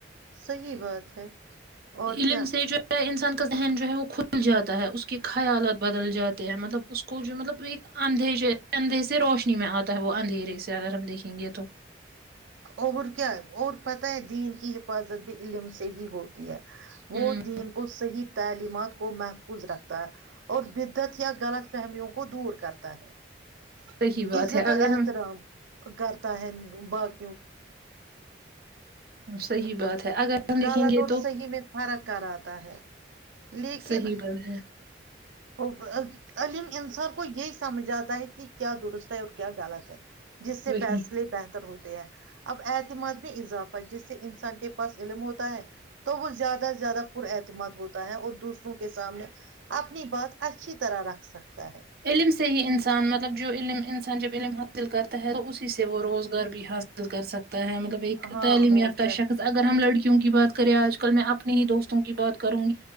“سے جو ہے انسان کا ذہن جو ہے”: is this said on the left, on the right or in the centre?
Right